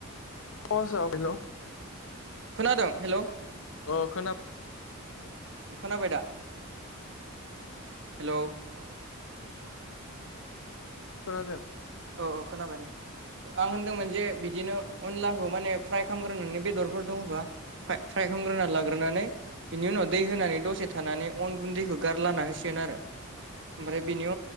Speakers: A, on the left; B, on the right.
A: <unintelligible> हेलौ
B: खोनादों हेलौ
A: अ' खोनादों।
B: खोनाबाय दा? हेल'
A: खोनादों
B: औ औ खोनाबाय दे। आं होनदोंमोन जे बिदिनो अनलाखौ माने फ्राय खालामग्रोनानै बेदरफोर दङबा फ्राय फ्राय खालामग्रोना लाग्रोनानै बिनि उनाव दै होनानै दसे थानानै अन गुन्दैखौ गारलाना होसिगोन आरो। ओमफ्राय बिनि